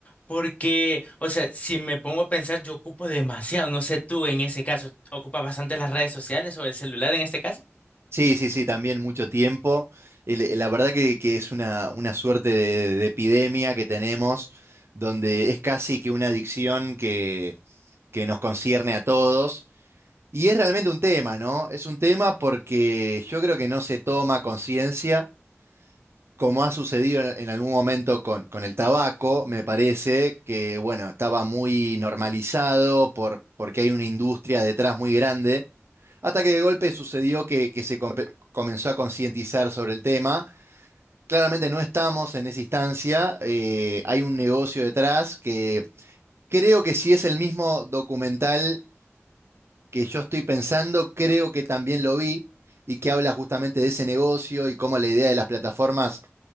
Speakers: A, on the left; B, on the right.
A: porque, o sea, si me pongo a pensar, yo ocupo demasiado. No sé tú en ese caso, ¿ocupas bastante las redes sociales o el celular en este caso?
B: Sí, sí, sí, también mucho tiempo. El- eh, La verdad que, que es una, una suerte de, de epidemia que tenemos, donde es casi que una adicción que, que nos concierne a todos. Y es realmente un tema, ¿no? Es un tema porque yo creo que no se toma conciencia, como ha sucedido en, en algún momento con, con el tabaco, me parece, que bueno, estaba muy normalizado por, porque hay una industria detrás muy grande. Hasta que de golpe sucedió que, que se compe- comenzó a concientizar sobre el tema. Claramente no estamos en esa instancia, eh, hay un negocio detrás que creo que si es el mismo documental que yo estoy pensando, creo que también lo vi y que habla justamente de ese negocio y cómo la idea de las plataformas